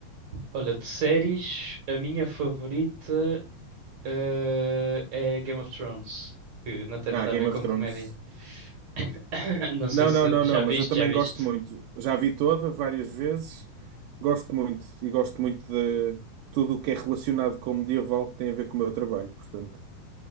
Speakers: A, on the right; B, on the right.
A: olha, de séries, a minha favorita. Eh, é Game of Thrones, que não tem
B: Ah,
A: nada
B: Game
A: a ver com
B: of Thrones.
A: comédia. <coughs> <laughs> Não sei
B: Não,
A: se
B: não, não,
A: já
B: não,
A: viste,
B: mas eu também
A: já viste.
B: gosto muito. Já a vi toda várias vezes. Gosto muito e gosto muito de tudo o que é relacionado com o medieval que tem a ver com o meu trabalho, portanto.